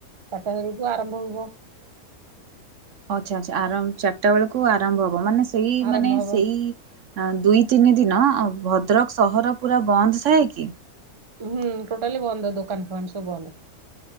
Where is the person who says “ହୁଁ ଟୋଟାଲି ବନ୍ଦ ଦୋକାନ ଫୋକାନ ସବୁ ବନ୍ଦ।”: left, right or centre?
Right